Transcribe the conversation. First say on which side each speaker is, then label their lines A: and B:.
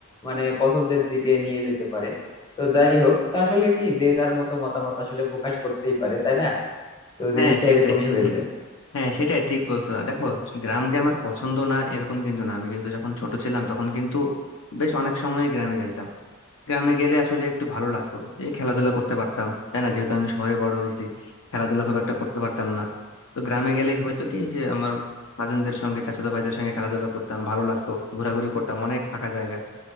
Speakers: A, on the left; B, on the left.
A: মানে পছন্দের দিকে নিয়ে যেতে পারে তো যাই হোক তা আসলে কি যে যার মতো মতামত আসলে প্রকাশ করতেই পারে তাই না তো
B: হ্যাঁ
A: জিনিসটা
B: সেটাই
A: এরকমই হয়ে যায়
B: হ্যাঁ সেটাই ঠিক বলছো আর দেখো গ্রাম যে আমার পছন্দ না এরকম কিন্তু না আমি কিন্তু যখন ছোট ছিলাম তখন কিন্তু বেশ অনেক সময় গ্রামে যাইতাম গ্রামে গেলে আসলে একটু ভালো লাগতো এই খেলাধুলা করতে পারতাম তাই না যেহেতু আমি শহরে বড় হয়েছি খেলাধুলা খুব একটা করতে পারতাম না তো গ্রামে গেলে হয়তো কি যে আমার কাজিনদের সঙ্গে চাচাতো ভাইদের সঙ্গে খেলাধুলা করতাম ভালো লাগতো ঘোরাঘুরি করতাম অনেক ফাঁকা জায়গা